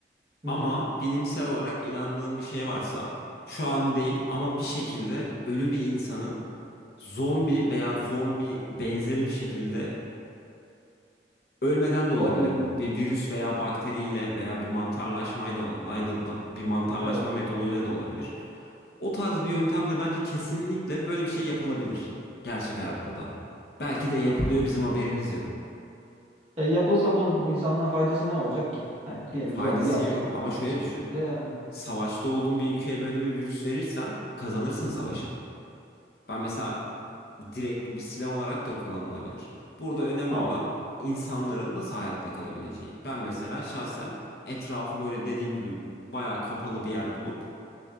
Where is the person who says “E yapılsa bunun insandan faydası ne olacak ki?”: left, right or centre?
Right